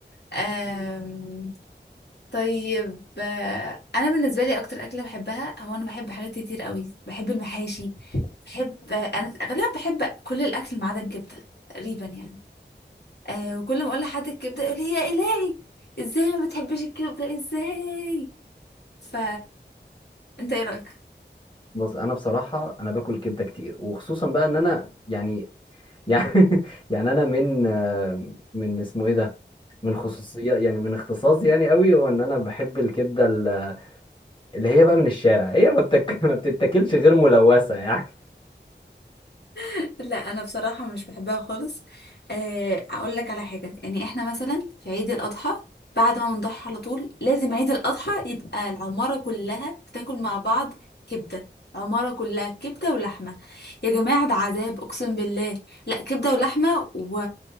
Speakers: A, on the left; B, on the left.
A: أم... طيب آه، انا بالنسبه لي اكتر اكله بحبها هو انا بحب حاجات كتير قوي بحب المحاشي بحب آه، انا غالبا بحب كل الاكل ما عدا الكبده تقريبا يعني أه وكل ما اقول لحد الكبده يقول لي يا الهي ازاي ما بتحبش الكبده ازاي ف انت ايه رايك
B: بص انا بصراحة انا باكل كبدة كتير وخصوصا بقى ان انا يعني يعني <laughs> يعني انا من آه، من اسمه ايه ده من خصوصيات يعني من اختصاصي يعني قوي هو ان انا بحب الكبدة ال- اللي هي بقى من الشارع هي ما بتك... <laughs> ما بتتاكلش غير ملوثة يعني
A: <laughs> لا انا بصراحه مش بحبها خالص آه، اقول لك على حاجه يعني احنا مثلا في عيد الاضحى بعد ما بنضحي على طول لازم عيد الاضحى يبقى العماره كلها بتاكل مع بعض كبده عماره كلها كبده ولحمه يا جماعه ده عذاب اقسم بالله لا كبده ولحمه و...